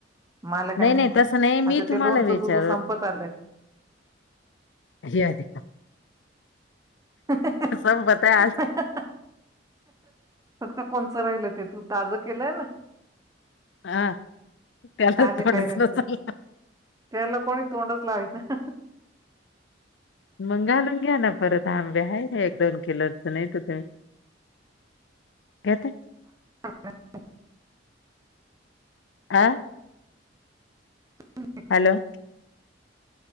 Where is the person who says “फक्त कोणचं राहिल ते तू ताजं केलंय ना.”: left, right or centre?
Right